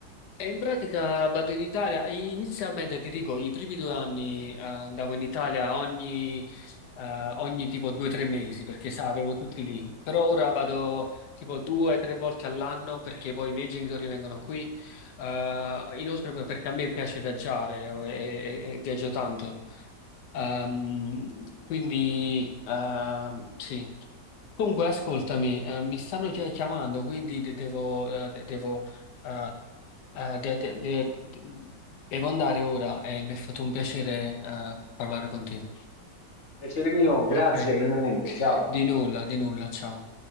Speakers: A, on the left (about 75°); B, on the left (about 50°).
A: E in pratica vado in Italia. Inizialmente ti dico, i primi due anni eh, andavo in Italia ogni, eh, ogni tipo due o tre mesi perché sa, avevo tutti lì. Però ora vado tipo due o tre volte all'anno perché poi i miei genitori vengono qui. Eh, inoltre poi perché a me piace viaggiare eh, e, e- e viaggio tanto. Ehm, quindi ehm, sì. Comunque, ascoltami, eh, mi stanno già chiamando, quindi de- devo, eh, de- devo, eh, eh, de- de- de- de- devo andare ora e mi è fatto un piacere, eh, parlare con te.
B: Piacere mio,
A: Ok,
B: grazie, Clemente, ciao.
A: di nulla, di nulla, ciao.